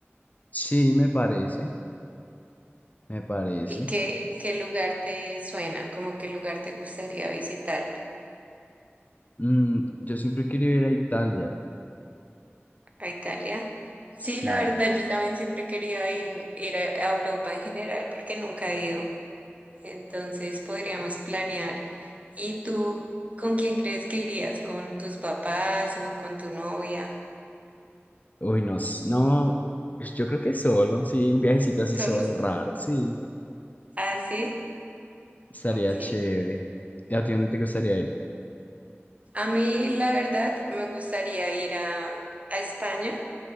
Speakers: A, on the left (about 40°); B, on the right (about 35°).
A: Sí, me parece, me parece.
B: ¿Y qué, qué lugar te suena? ¿Cómo qué lugar te gustaría visitar
A: Mm, yo siempre quería ir a Italia,
B: a Italia? Sí,
A: sí.
B: la verdad, yo también siempre quería ir, ir a a Europa en general porque nunca he ido. Entonces podríamos planear. ¿Y tú con quién crees que irías? ¿Con tus papás o con tu novia?
A: Uy, no, s- no, pues yo creo que solo, sí, un viajecito así
B: ¿Solo?
A: solo, raro, sí,
B: Ah, sí,
A: estaría
B: ok.
A: chévere. ¿Y a ti dónde te gustaría ir?
B: A mí, la verdad, me gustaría ir a, a España